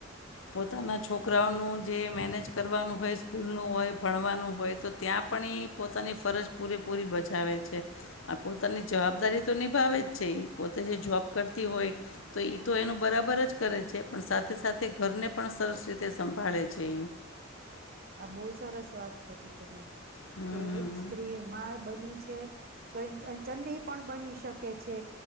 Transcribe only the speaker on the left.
પોતાના છોકરાઓનું જે મેનેજ કરવાનું હોય સ્કૂલનું હોય ભણવાનું હોય તો ત્યાં પણ એ પોતાની ફરજ પૂરેપૂરી બજાવે છે, આ પોતાની જવાબદારી તો નિભાવે જ છે એ પોતે જે જોબ કરતી હોય તો ઈ તો એનું બરાબર જ કરે છે પણ સાથે સાથે ઘરને પણ સરસ રીતે સંભાળે છે.
હમ